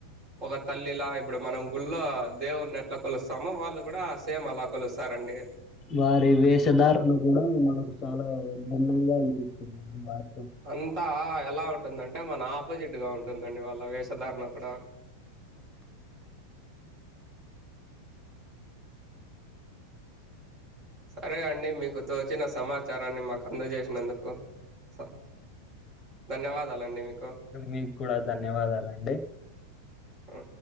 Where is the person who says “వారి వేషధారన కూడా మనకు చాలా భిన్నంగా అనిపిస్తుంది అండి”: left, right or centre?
Left